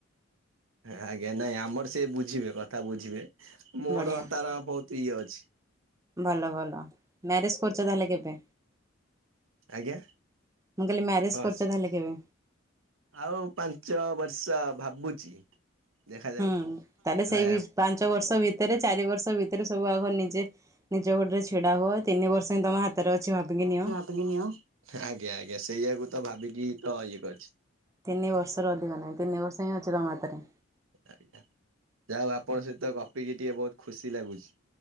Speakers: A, on the right; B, on the right.
A: ଆଜ୍ଞା ନାଇଁ ଆମର ସେ ବୁଝିବେ କଥା ବୁଝିବେ। ମୋର
B: ବଢ଼ିଆ
A: ତାର ବହୁତ ଇଏ ଅଛି।
B: ଭଲ ଭଲ ମ୍ୟାରେଜ କରୁଛ ତାହେଲେ କେବେ?
A: ଆଜ୍ଞା
B: ମୁଁ କହିଲି ମ୍ୟାରେଜ
A: ହଁ
B: କରୁଚ ତାହେଲେ କେବେ?
A: ଆଉ ପାଞ୍ଚ ବର୍ଷ ଭାବୁଛି। ଦେଖାଯାଉ
B: ହୁଁ ତାହେଲେ ସେଇ
A: ଲା
B: ପାଞ୍ଚ ବର୍ଷ ଭିତରେ ଚାରି ବର୍ଷ ଭିତରେ ସବୁ ଆଗ ନିଜେ ନିଜ ଗୋଡ଼ରେ ଛିଡ଼ା ହୁଅ ତିନି ବର୍ଷ ହିଁ ତମ ହାତରେ ଅଛି ଭାବିକି ନିଅ।
A: ଆଜ୍ଞା ଆଜ୍ଞା ସେଇୟାକୁ ତ ଭାବିକି ତ ଇଏ କରିଛି।
B: ତିନି ବର୍ଷରୁ ଅଧିକ ନାହିଁ ତିନି ବର୍ଷ ହିଁ ଅଛି ତୁମ ହାତରେ।
A: ଆଜ୍ଞା ଯାହା ହଉ ଆପଣଙ୍କ ସହିତ ଗପିକି ଟିକେ ବହୁତ ଖୁସି ଲାଗୁଛି।